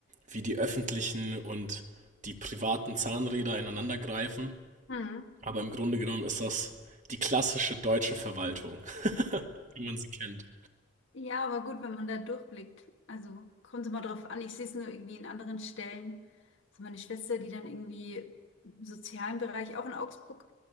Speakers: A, on the right; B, on the left.
A: wie die öffentlichen und die privaten Zahnräder ineinander greifen.
B: Mhm.
A: Aber im Grunde genommen ist das die klassische deutsche Verwaltung, <laughs> wie man sie kennt.
B: Ja, aber gut, wenn man da durchblickt. Also kommt es immer drauf an. Ich sehe es nur irgendwie in anderen Stellen. Also meine Schwester, die dann irgendwie im sozialen Bereich, auch in Augsburg,